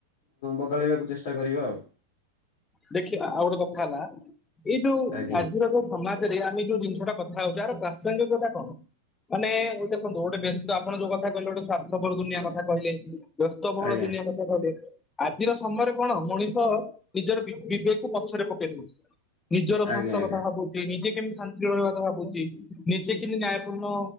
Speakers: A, on the left; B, on the left.
A: ବଦଳେଇବାକୁ ଚେଷ୍ଟା କରିବା ଆଉ।
B: ଦେଖିବା ଆଉ ଗୋଟେ କଥା ହେଲା ଏଇ ଯଉ ଆ
A: ଆଜ୍ଞା
B: ଆଜିର କୋଉ ଭମାଚରିଆ ଆମେ ଯୋଉ ଜିନିଷଟା କଥା ହଉଛେ ଆର ପ୍ରାସଙ୍ଗ୍ୟତା କଣ? ମାନେ ଦେଖନ୍ତୁ ଗୋଟେ ବ୍ୟସ୍ତ ଆପଣ ଯୋଉ କଥା କହିଲେ ଗୋଟେ ସ୍ଵାର୍ଥପର ଦୁନିଆ କଥା କହିଲେ। ବ୍ୟସ୍ତବହୁଳ
A: ଆଜ୍ଞା
B: ଦୁନିଆ କଥା କହିଲେ ଆଜିର ସମୟରେ କଣ ମଣିଷ ନିଜର ବିବେକକୁ ପଛରେ ପକେଇ ଦଉଛି ନିଜର ସ୍ୱାସ୍ଥ୍ୟ
A: ଆଜ୍ଞା ଆଜ୍ଞା
B: କଥା ଭାବୁ ନିଜେ କେମିତି ଶାନ୍ତିରେ ରହିବା କଥା ଭାବୁଛି। ନିଜେ କେମିତି ନ୍ୟାୟପୂର୍ଣ୍ଣ